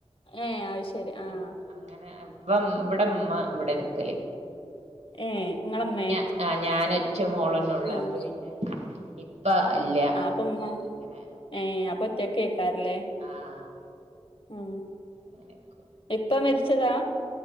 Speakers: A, on the left; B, on the right.
A: ഏഹ് അയ് ശെരി അഹ്
B: ആഹ് അങ്ങനെ വം ഇവടെമ്മ ഇവടെ നിക്കല്
A: ഏഹ് ഇങ്ങളമ്മേ
B: ഞാ ആഹ് ഞാനൊറ്റ മോളനൊള്ളൂ
A: ആഹ്
B: അപ്പം പിന്നെ ഇപ്പ ഇല്ല. അപ്പൊ
A: <unintelligible>
B: പിന്നെ അങ്ങനെ
A: ഏഹ് അപ്പൊറ്റ കേക്കാരല്ലേ
B: ആഹ്
A: ഉം
B: അങ്ങനെയൊക്കെ
A: ഇപ്പ മെര്ച്ചതാ?